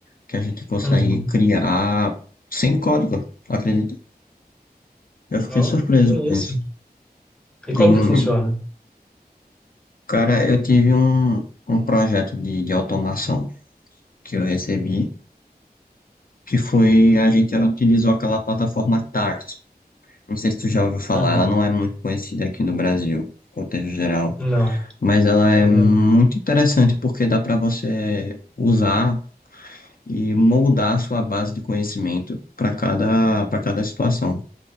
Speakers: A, on the left; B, in the centre.
A: que a gente consegue
B: Uhum.
A: criar sem código. Acredito Eu fiquei
B: Ó,
A: surpreso
B: que é
A: com
B: isso?
A: isso.
B: E
A: Tem-
B: como que funciona?
A: cara, eu tive um, um projeto de, de automação que eu recebi, que foi, a gente utilizou aquela plataforma Tart. Não sei se tu já ouviu falar,
B: Uhum.
A: ela não é muito conhecida aqui no Brasil, contexto geral,
B: Não,
A: mas ela é
B: ainda
A: muito
B: não.
A: interessante porque dá para você usar e moldar a sua base de conhecimento para cada, para cada situação.